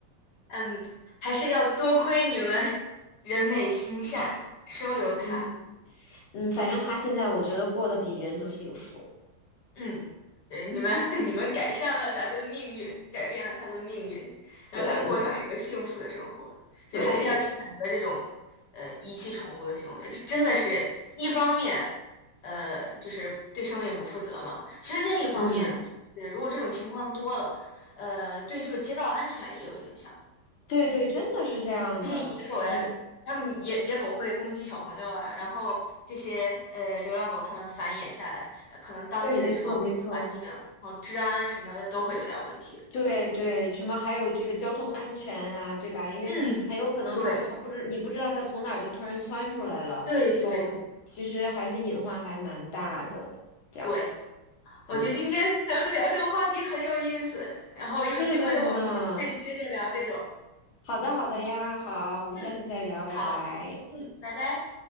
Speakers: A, on the left; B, on the left.
A: 嗯，还是要多亏你们人美心善收留它。
B: 嗯，嗯，反正它现在我觉得过得比人都幸福。
A: 嗯，对，你们 <laughs> 你们改善了他的命运，改变了他的命运，让他过上一个幸福的生活。
B: 对，
A: 所以还是要谴责这种
B: 对，
A: 呃遗弃宠物的行为，这真的是一方面，呃，就是对生命不负责嘛。其实另一方面，
B: 嗯，
A: 呃如果这种情况多了，呃，对这个街道安全也有影响。
B: 对对，真的是这样的，
A: 这些野狗呀，
B: 真
A: 它们野野狗会攻击小朋友啊，然后这些呃流浪狗它们繁衍下来，呃可能当地的这个卫生环境，
B: 对，没错没错。
A: 然后治安啊什么的都会有点儿问题。
B: 对对，什么还有这个交通安全啊，对吧？因为很有可能就是他不知你不知道他从哪儿就突然窜出来了，
A: 嗯，对对对
B: 就其实还是隐患还蛮大的。这样，
A: 对，我觉得今天咱们聊这个话题很有意思，
B: 嗯，
A: 然后有机会的话我们下次可以接着聊这种。
B: 是的呢。好的，好的呀，好，我们下次再聊，
A: 嗯，
B: 拜拜。
A: 好，嗯，拜拜。